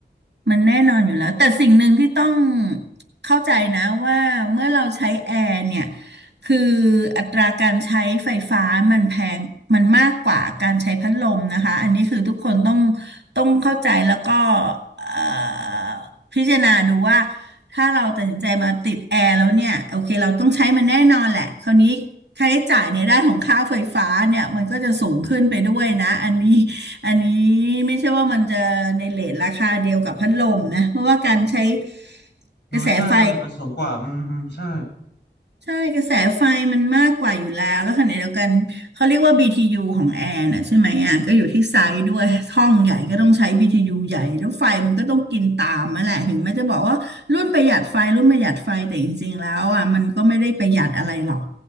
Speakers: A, on the right; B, on the left.
A: มันแน่นอนอยู่แล้วแต่สิ่งหนึ่งที่ต้องเข้าใจนะว่าเมื่อเราใช้แอร์เนี่ยคืออัตราการใช้ไฟฟ้ามันแพงมันมากกว่าการใช้พัดลมนะคะอันนี้คือทุกคนต้องต้องเข้าใจแล้วก็เอ่อพิจารณาดูว่าถ้าเราตัดสินใจมาติดแอร์แล้วเนี่ยโอเคเราต้องใช้มันแน่นอนแหละคราวนี้ค่าใช้จ่ายในด้านของค่าไฟฟ้าเนี่ยมันก็จะสูงขึ้นไปด้วยนะอันนี้ อันนี้ไม่ใช่ว่ามันจะในเรทราคาเดียวกับพัดลมนะเพราะว่าการใช้
B: เออใช่มันเลยมันสูงกว่าอืมอืมใช่
A: กระแสไฟใช่กระแสไฟมันมากกว่าอยู่แล้วแล้วขณะเดียวกันเขาเรียกว่า b t ูของแอร์น่ะใช่ไหมอ่ะก็อยู่ที่ไซส์ด้วยห้องใหญ่ก็ต้องใช้ BTU ใหญ่แล้วไฟมันก็ต้องกินตามมาแหละถึงแม้จะบอกว่ารุ่นประหยัดไฟรุ่นประหยัดไฟแต่จริงๆแล้วอ่ะมันก็ไม่ได้ประหยัดอะไรหรอก